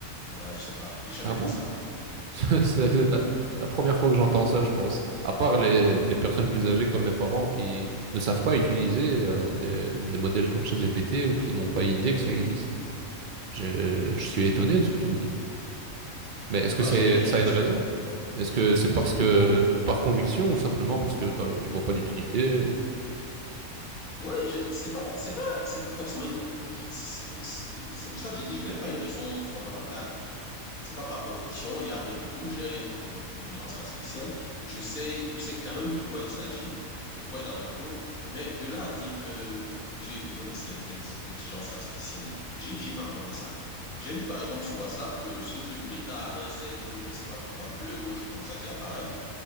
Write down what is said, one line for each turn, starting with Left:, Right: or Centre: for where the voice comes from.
Left: voilà, je sais pas. J'ai jamais
Right: Ah bon?
Left: fait ça.
Right: <laughs> C'est
Left: Oui,
Right: la, la première fois que j'entends ça, je pense. À part les, les personnes plus âgées comme mes parents qui ne savent pas utiliser euh, des, des modèles comme ChatGPT ou qui n'ont pas idée que ça existe. Je,
Left: oui.
Right: je suis étonné de ce que tu me dis. Mais est-ce que
Left: Ouais,
Right: c'est,
Left: j'ai bien idée
Right: ça
Left: que
Right: a une
Left: ça.
Right: raison? Est-ce que c'est parce que
Left: Non, non,
Right: par conviction ou simplement parce que t'as- tu vois pas l'utilité ou...
Left: oui, je- c'est pas, c'est pas, c'est pas forcément une. C'est c'est- c'est pour ça que je dis, je n'ai pas une raison fondamentale. C'est pas par conviction, il n'y a rien du tout. J'ai rien contre l'intelligence artificielle. Je sais, je sais quand même de quoi il s'agit, de quoi il en retourne. Mais de là à dire que j'ai eu besoin des services d'inti- d'intelligence artificielle, non. J'ai, j'ai pas encore fait ça. J'ai vu par exemple sur WhatsApp le- ce truc méta à 20 siècles, je sais pas trop quoi, bleu ou un truc comme ça qui apparaît.